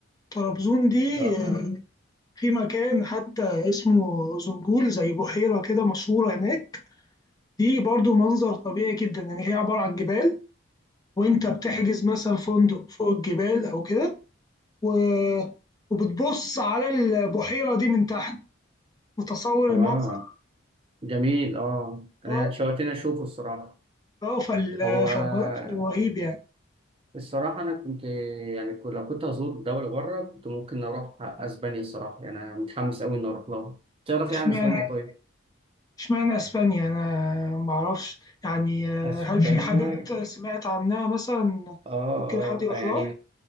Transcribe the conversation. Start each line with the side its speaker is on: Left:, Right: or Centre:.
Left: طرابزون دي
Right: آه
Left: آه، في مكان حتى اسمه زنجول زي بحيرة كده مشهورة هناك دي برضو منظر طبيعي جدا يعني هي عبارة عن جبال وانت بتحجز مثلا فندق فوق الجبال او كده و... وبتبص على البحيرة دي من تحت متصور
Right: آه
Left: المنظر
Right: جميل آه أنا
Left: اه
Right: اتشوقتني أشوفه الصراحة
Left: اه فال... فالمنظر
Right: هو آه،
Left: رهيب يعني
Right: الصراحة أنا كنت يعني كنت- لو كنت هزور دولة بره كنت ممكن أروح أسبانيا الصراحة يعني أنا متحمس أوي إني أروح لها تعرف
Left: اشمعنى
Right: يعني أسبانيا طيب؟
Left: اشمعنى اسبانيا انا معرفش يعني آه،
Right: اسبانيا
Left: هل في حاجات سمعت عنها مثلا
Right: اه
Left: ممكن حد يروح
Right: اه يعني
Left: لها